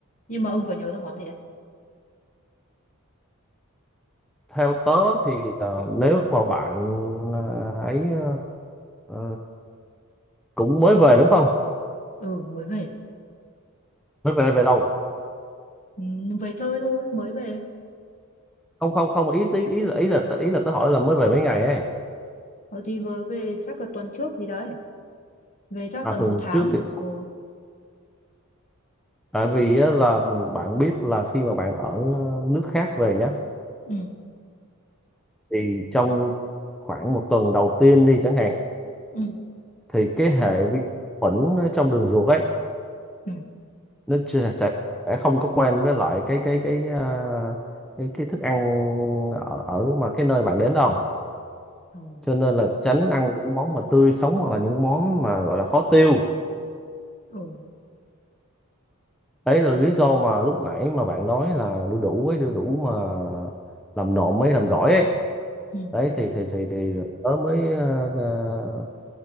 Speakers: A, on the left; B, in the centre.
A: nhưng mà ông vừa nhớ ra món gì đấy
B: theo tớ thì ờ, nếu mà bạn ờ, ấy ờ, ờ, cũng mới về đúng không
A: ừ mới về
B: mới về về lâu
A: ừ, về chơi thôi mới về
B: không không không ý ý ý là ý là ý là tớ hỏi là mới về mấy ngày ấy
A: Ờ, thì vừa về chắc là tuần trước gì đấy. Về chắc
B: à
A: tầm
B: tuần
A: một tháng.
B: trước thì
A: Ừ.
B: tại vì á, là bạn biết là khi mà bạn ở nước khác về nhá
A: ừ
B: thì trong khoảng một tuần đầu tiên đi chẳng hạn
A: ừ
B: thì cái hệ vi khuẩn ở trong đường ruột ấy
A: Ừ.
B: nó chưa- sẽ sẽ không có quen với lại cái cái cái à, cái, cái thức ăn ở, ở mà cái nơi bạn đến đâu
A: Ừ.
B: cho nên là tránh ăn những món mà tươi sống hoặc là những món mà gọi là khó tiêu
A: Ừ.
B: đấy là lý do mà lúc nãy mà bạn nói là đu đủ ấy đu đủ mà làm nộm ấy làm gỏi ấy
A: ừ
B: đấy thì thì thì thì tớ mới ờ,